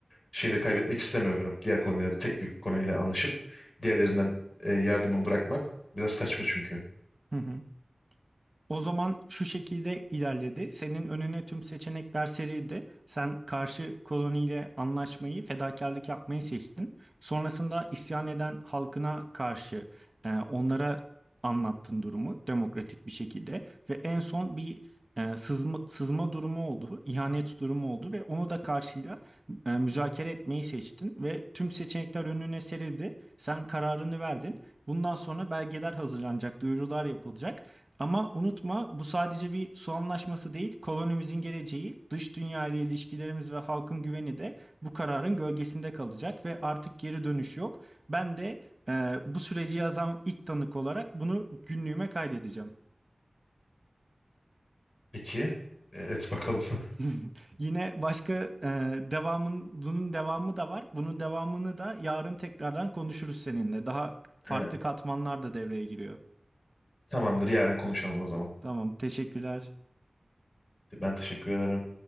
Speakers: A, on the left; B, on the right.
A: şeyleri kaybetmek istemiyorum. Diğer kolonileri tek bir koloniyle anlaşıp diğerlerinden e, yardımı bırakmak biraz saçma çünkü.
B: Hı hı. O zaman şu şekilde ilerledi. Senin önüne tüm seçenekler serildi. Sen karşı koloniyle anlaşmayı, fedakarlık yapmayı seçtin. Sonrasında isyan eden halkına karşı e, onlara anlattın durumu demokratik bir şekilde. Ve en son bir e, sızma, sızma durumu oldu, ihanet durumu oldu ve onu da karşıyla e, müzakere etmeyi seçtin. Ve tüm seçenekler önüne serildi. Sen kararını verdin. Bundan sonra belgeler hazırlanacak, duyurular yapılacak. Ama unutma bu sadece bir su anlaşması değil, kolonimizin geleceği, dış dünya ile ilişkilerimiz ve halkın güveni de bu kararın gölgesinde kalacak ve artık geri dönüş yok. Ben de e, bu süreci yazan ilk tanık olarak bunu günlüğüme kaydedeceğim.
A: Peki, e, et bakalım. <laughs>
B: <laughs> Yine başka e, devamın bunun devamı da var. Bunun devamını da yarın tekrardan konuşuruz seninle. Daha farklı
A: E,
B: katmanlar da devreye giriyor.
A: tamamdır, yarın konuşalım o zaman.
B: Tamam, teşekkürler.
A: Ben teşekkür ederim.